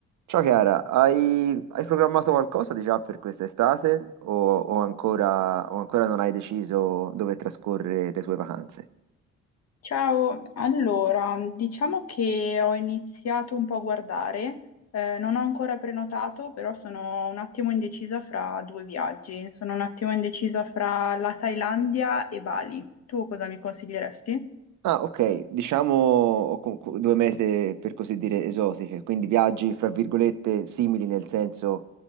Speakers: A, on the right; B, on the left.
A: Ciao Chiara, hai, hai programmato qualcosa di già per quest'estate o, o ancora, o ancora non hai deciso dove trascorrere le tue vacanze?
B: Ciao, allora, diciamo che ho iniziato un po' a guardare, eh, non ho ancora prenotato, però sono un attimo indecisa fra due viaggi, sono un attimo indecisa fra la Thailandia e Bali. Tu cosa mi consiglieresti?
A: Ah, ok, diciamo ho co- co- due mete per così dire esotiche, quindi viaggi fra virgolette simili nel senso